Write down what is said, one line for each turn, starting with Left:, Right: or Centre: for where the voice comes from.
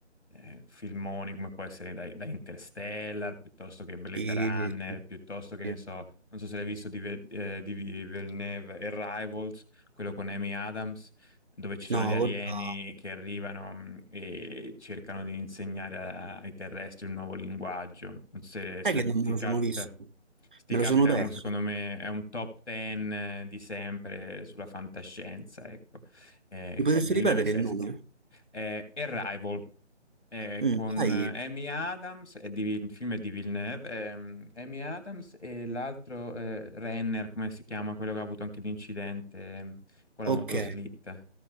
Left: eh, filmoni come può essere da, da Interstellar, piuttosto che Blade
Right: sì,
Left: Runner,
Right: sì,
Left: piuttosto che
Right: sì.
Left: ne so, non so se l'hai visto di, Ve- eh, di Villeneuve, Arrival quello con Amy Adams, dove ci sono
Right: No,
Left: gli alieni
Right: guarda,
Left: che arrivano mh, e cercano di insegnare a- ai terrestri un nuovo linguaggio. Non so se,
Right: sai
Left: se
Right: che non
Left: ti
Right: me lo
Left: capita.
Right: sono visto,
Left: Se ti
Right: me
Left: capita,
Right: lo sono perso.
Left: è un- secondo me è un top 10 eh, di sempre sulla fantascienza, ecco. Eh,
Right: Mi potresti
Left: Villeneuve
Right: ripetere
Left: è,
Right: il Sì. nome?
Left: è, è Arrival, eh,
Right: Mm,
Left: con
Right: sai,
Left: Amy Adams, è di- il film è di Villeneuve, ehm, Amy Adams e l'altro eh, Renner, come si chiama, quello che ha avuto anche l'incidente ehm, con la
Right: ok,
Left: motoslitta,